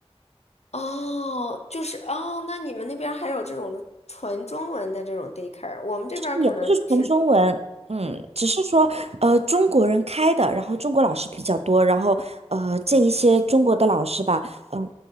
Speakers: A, on the left; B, on the right.
A: 哦，就是哦，那你们那边儿还有这种纯中文的这种 daycare，我们这边儿可能就是，
B: 也不是纯中文，嗯，
A: 嗯
B: 只是说呃中国人开的，然后中国老师比较多，然后呃这一些中国的老师吧，嗯、